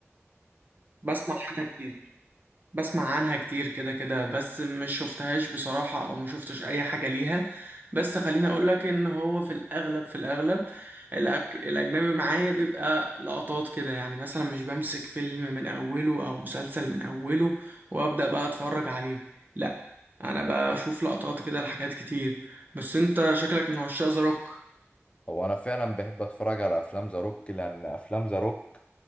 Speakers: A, on the right (about 40°); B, on the left (about 25°).
A: بسمع عنها كتير بسمع عنها كتير كده كده بس مش شفتهاش بصراحة او ما شفتش اي حاجة ليها بس خليني اقولك ان هو في الاغلب في الاغلب الأك... الاجنبي معايا بيبقى لقطات كده يعني مثلا مش بمسك فيلم من اوله او مسلسل من اوله وابدأ بقى اتفرج عليه لا انا بشوف لقطات كده لحاجات كتير بس انت شكلك من عشاق ذا روك
B: هو انا فعلا بحب اتفرج على افلام ذا روك لان افلام ذا روك